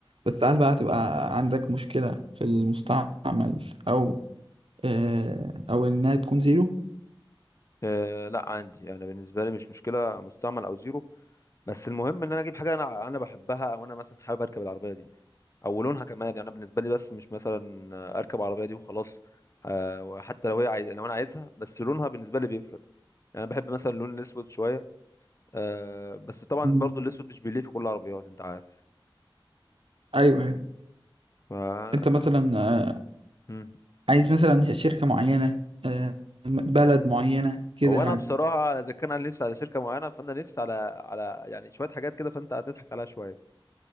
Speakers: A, on the right (about 90°); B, on the left (about 35°).
A: بس هل بقى تبقى عندك مشكله في المستعمل او آه او انها تكون زيرو
B: أه لا عندي انا بالنسبه لي مش مشكله مستعمل او زيرو بس المهم ان انا اجيب حاجه انا انا بحبها او انا مثلا حابب اركب العربيه دي. او لونها كمان يعني انا بالنسبه لي بس مش مثلا اركب عربيه دي وخلاص آه، حتى لو هي عايز لو انا عايزها بس لونها بالنسبه لي بيفرق يعني انا بحب مثلا اللون الاسود شويه آه، بس طبعا
A: مم.
B: برضو الاسود مش بيليق في كل العربيات انت عارف
A: ايوه ايوه
B: ف
A: انت مثلا
B: لا
A: آه،
B: مم.
A: عايز مثلا شركه معينه آه، م- بلد معينه كده
B: هو
A: يعني
B: انا بصراحه اذا كان انا نفسي على شركه معينه فانا نفسي على على يعني شويه حاجات كده فانت هتضحك عليها شويه